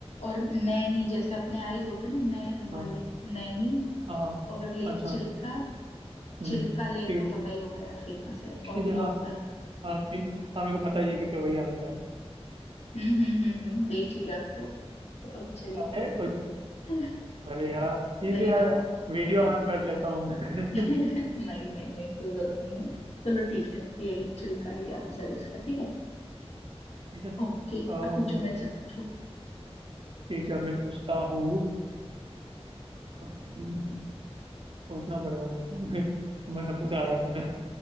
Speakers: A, on the left; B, on the right.
A: और नैनी जैसे अपने आईज होते हैं ना नैन
B: हाँ
A: वाले नैनी
B: हाँ हाँ।
A: और लेक
B: अच्छा
A: चिल्का
B: हम्म,
A: चिल्का लेक
B: ठीक
A: तो
B: है
A: पता
B: <laughs>
A: ही होगा यार फेमस है और
B: ठीक है
A: लोकटक
B: हाँ हाँ ठीक हाँ मेरे को पता ही है क्योंकि वही आंसर है
A: हम्म हम्म हम्म हम्म देख लिया आप तो पता तो चल ही
B: अरे
A: जाएगा
B: कुछ
A: <laughs>
B: अरे यार ठीक
A: सही
B: है यार
A: जवाब
B: वीडियो
A: सही
B: ऑन कर लेता हूँ मैं
A: <laughs>
B: <laughs>
A: नहीं नहीं नहीं कोई जरूरत नहीं है चलो ठीक है यही चिल्का ही आंसर है इसका ठीक है
B: ठीक है
A: ओके
B: अम,
A: अब पूछो मेरे से पूछो
B: ठीक है अब मैं पूछता हूँ अम, सोचना पड़ेगा मेरे को <laughs> मैं मैं सब कुछ आ रहा है तुम्हें